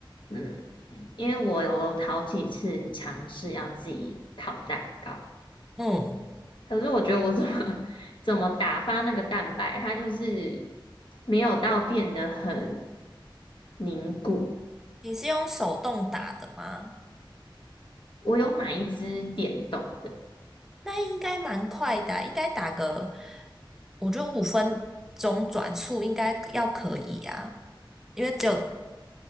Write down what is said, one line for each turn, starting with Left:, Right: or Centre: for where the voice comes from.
Left: 嗯，因为我有好几次尝试要自己烤蛋糕，
Centre: 嗯，
Left: 可是我觉得我怎么 <laughs> 怎么打发那个蛋白，它就是没有到变得很凝固。
Centre: 你是用手动打的吗？
Left: 我有买一只电动的，
Centre: 那应该蛮快的啊应该打个，我觉得五分钟转速应该要可以啊，因为只有